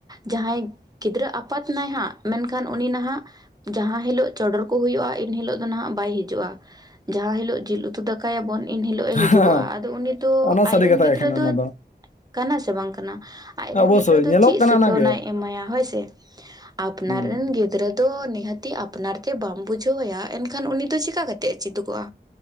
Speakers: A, on the right; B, on the left.
A: ᱡᱟᱦᱟᱸᱭ ᱜᱤᱫᱽᱨᱟᱹ ᱟᱯᱟᱛ ᱱᱟᱭ ᱦᱟᱸᱜ ᱢᱮᱱᱠᱷᱟᱱ ᱩᱱᱤ ᱱᱟᱦᱟᱸᱜ ᱡᱟᱦᱟᱸ ᱦᱤᱞᱳᱜ ᱪᱚᱰᱚᱨ ᱠᱚ ᱦᱩᱭᱩᱜᱼᱟ ᱤᱱ ᱦᱤᱞᱳᱜ ᱫᱚ ᱱᱟᱦᱟᱸᱜ ᱵᱟᱭ ᱦᱤᱡᱩᱜᱼᱟ ᱡᱟᱦᱟᱸ ᱦᱤᱞᱳᱜ ᱡᱤᱞ ᱩᱛᱩ ᱩᱛᱩ ᱫᱟᱠᱟᱭᱟᱵᱚᱱ ᱮᱱᱦᱤᱞᱳᱜ ᱮ ᱦᱤᱡᱩᱜᱚᱜᱼᱟ
B: ᱦᱮᱸ
A: ᱟᱫᱚ ᱩᱱᱤ ᱫᱚ
B: ᱚᱱᱟ ᱥᱟᱹᱨᱤ
A: ᱟᱡ ᱨᱮᱱ
B: ᱠᱟᱛᱷᱟ
A: ᱜᱤᱫᱽᱨᱟᱹ
B: ᱜᱮ ᱠᱟᱱᱟ
A: ᱫᱚ
B: ᱚᱱᱟ
A: ᱠᱟᱱᱟ ᱥᱮ ᱵᱟᱝ ᱠᱟᱱᱟ ᱟᱡᱨᱮᱱ
B: ᱚᱵᱚᱥᱥᱳᱭ
A: ᱜᱤᱫᱽᱨᱟᱹ
B: ᱧᱮᱞᱚᱜ
A: ᱫᱚ ᱪᱮᱫ
B: ᱠᱟᱱᱟ
A: ᱥᱤᱠᱷᱟᱹᱣᱱᱟᱭ
B: ᱚᱱᱟᱜᱮ
A: ᱮᱢᱟᱭᱟ ᱦᱳᱭᱥᱮ᱾ ᱟᱯᱱᱟᱨ
B: ᱦᱩᱸ
A: ᱨᱮᱱ ᱜᱤᱫᱽᱨᱟᱹ ᱫᱚ ᱱᱤᱦᱟᱹᱛᱤ ᱟᱯᱱᱟᱨ ᱛᱮ ᱵᱟᱢ ᱵᱩᱡᱷᱟᱹᱣ ᱮᱭᱟ ᱮᱱᱠᱷᱟᱱ ᱩᱱᱤ ᱫᱚ ᱪᱤᱠᱟ ᱠᱟᱛᱮᱫ ᱮ ᱪᱮᱫᱚᱜᱚᱜᱼᱟ᱾